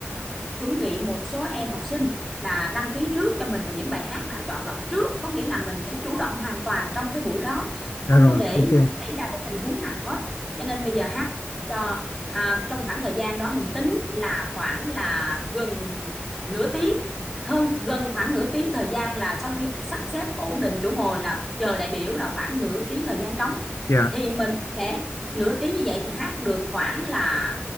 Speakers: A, in the centre; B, on the left (about 75°).
A: chuẩn bị một số em học sinh là đăng ký trước cho mình và những bài hát nào chọn lọc trước có nghĩa là mình phải chủ động hoàn toàn trong cái buổi đó
B: dạ
A: không
B: rồi
A: có để
B: ok
A: xảy ra cái tình huống nào hết cho nên bây giờ hát cho à, trong khoảng thời gian đó mình tính là khoảng là gần nửa tiếng hơn gần khoảng nửa tiếng thời gian là sau khi sắp xếp ổn định chỗ ngồi là chờ đại biểu là khoảng nửa tiếng thời gian trống
B: dạ
A: thì mình sẽ nửa tiếng như vậy thì hát được khoảng là